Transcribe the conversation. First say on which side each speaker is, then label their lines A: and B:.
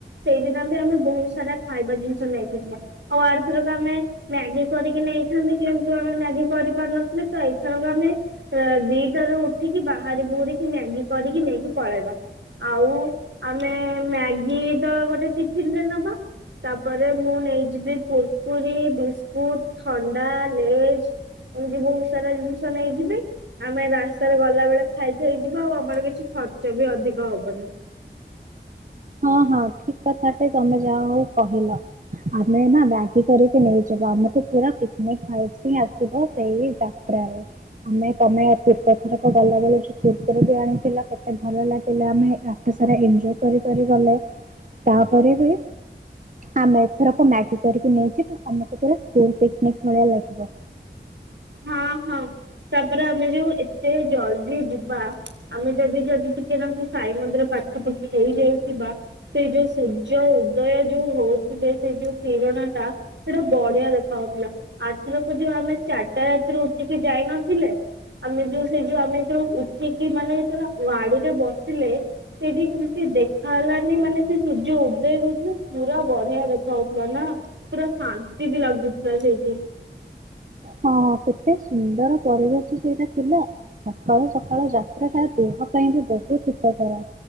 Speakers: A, on the right (about 80°); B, on the right (about 45°).
A: ସେଇଦିନ ବି ଆମେ ବହୁତ ସାରା ଖାଇବା ଜିନିଷ ନେଇଥିଲେ ଆଉ ଆରଥରକ ଆମେ ମ୍ୟାଗି କରିକି ନେଇଥାନ୍ତ କିନ୍ତୁ ଆମେ ମ୍ୟାଗି କରିପାରୁନଥିଲେ ତ ଏଇଥରକ ଆମେ ଦି। ଉଠିକି ବାହାରି ବୁହୁରିକି ମ୍ୟାଗି କରିକି ନେଇକି ପଳେଇବା। ଆଉ ଆମେ ମ୍ୟାଗି ତ ଗୋଟେ। ଫେରିଲେ ନବା। ତାପରେ ମୁଁ ନେଇଯିବି ପୁ ପୁରି ବିସ୍କୁଟ ଥଣ୍ଡା ଲେଜ୍ ଏମିତି ବହୁତ ସାରା ଜିନିଷ ନେଇଯିବି ଆମେ ରା ରାସ୍ତାରେ ଗଲା ବେଳେ ଖାଇଖାଇଯିବା ଆଉ ଆମର କିଛି ଖର୍ଚ୍ଚ ବି ଅଧିକ ହବନି।
B: ହଁ ହଁ ଠିକ୍ କଥାଟେ ତମେ ଯାହା ହଉ କହିଲ ଆମେ ନା ମ୍ୟାଗି କରିକି ନେଇଯିବ ଆମକୁ ପୁରା ପିକନିକ ଭାଇବିସ୍ ହିଁ ଆସିବ ସେଇ ଯାତ୍ରାରେ ଆମେ ତମେ ପୂର୍ବ ଥରକ ଗଲାବେେଳ ଯ ପୂର୍ବରୁ ବି ଆଣିଥିଲ କେତେ ଭଲ ଲାଗିଲା ଆମେ ରାସ୍ତା ସାରା ଏଞ୍ଜୟ୍ କରି ଗଲେ ତାପରେ ବି ଆମେ ଏଥରକ ମ୍ୟାଗି କରିକି ନେଇ ଯିବା ଆମକୁ ପୁରା ସ୍କୁଲ ପିକନିକ ଭଳିଆ ଲାଗିବ।
A: ହଁ ହଁ ତାପରେ ଆମେ ଯୋଉ ଏତେ ଜଲଦି ଯିବା ଆମେ ଯଦି ଯଦି ଟିକେ ନାଗୁ ସାଇ ମନ୍ଦିର ପାଖପାଖି ହେଇଯାଇଥିବା ସେ ଯୋଉ ସୂର୍ଯ୍ୟ ଉଦୟ ଯୋଉ ହଉଥିବେ ସେଇ ଯୋଉ କିରଣା ଟା ସେଇଟା ବଢିଆ ଦେଖାଯାଉଥିଲା ଆଥରକ ଯୋଉ ଆମେ ଚା ରାତିରୁ ଉଠିକି ଯାଇନଥିଲେ ଆମେ ଯୋଉ ସେ ଯୋଉ ଆମେ ଏର ଉଠିକି ମାନେ ଯେତେବେଳେ ଗାଡିରେ ବସିଲେ ସେଇଠି କେମିତି ଦେଖାହେଲାନି ମାନେ ସେ ସୂର୍ଯ୍ୟ ଉଦଦେଇ ହଉଥିଲା ପୁରା ବଢିଆ ଦେଖାଯାଉଥିଲା ନା ପୁରା ଶାନ୍ତି ବି ଲାଗୁଥିଲା ସେଇଠି।
B: ହଁ କେତେ ସୁନ୍ଦର ପରିବେଶ ସେଇଟା ଥିଲା ସକାଳୁ ସକାଳୁ ଯାତ୍ରାଟା ଦେହ ପାଇଁ ବି ବହୁତ ହିତକର